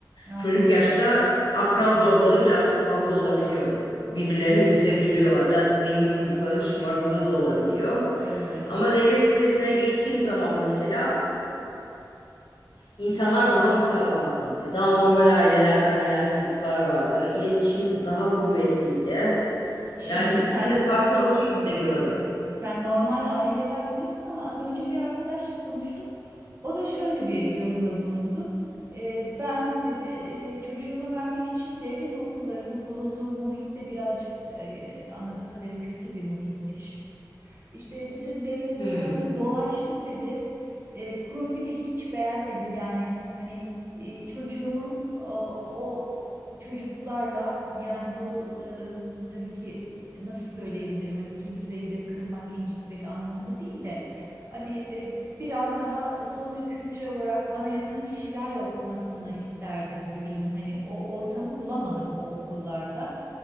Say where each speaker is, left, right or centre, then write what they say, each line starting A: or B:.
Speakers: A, on the right; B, on the left.
A: anladım.
B: Çocuk yaşta akran zorbalığı birazcık fazla olabiliyor. Birbirlerini üzebiliyorlar. Birazcık zengin çocukların şımarıklığı da olabiliyor.
A: Evet.
B: Ama devlet lisesine geçtiğim zaman mesela insanlar daha mütevazıydı. Daha normal ailelerden gelen çocuklar vardı. İletişim daha kuvvetliydi.
A: Şimdi
B: Yani ikisinin
A: sen
B: de farkını o şekilde
A: Evet,
B: gördüm.
A: evet. Sen normal aileler diyorsun ama az önce bir arkadaşla konuştuk. O da şöyle bir yorumda bulundu. Ee, ben dedi e, çocuğumu vermek için devlet okullarının bulunduğu muhit de birazcık e, anladığım kadarıyla kötü bir muhitmiş. İşte bütün devlet okullarını
B: Hmm.
A: dolaştım dedi. E, profili hiç beğenmedim yani hani e, çocuğumun o, o çocuklarla yani bunu e, tabii ki nasıl söyleyebilirim hani kimseyi de kırmak, incitmek anlamında değil de hani e, biraz daha sosyokültürel olarak bana yakın kişilerle okumasını isterdim çocuğumun. Hani o ortamı bulamadım o okullarda.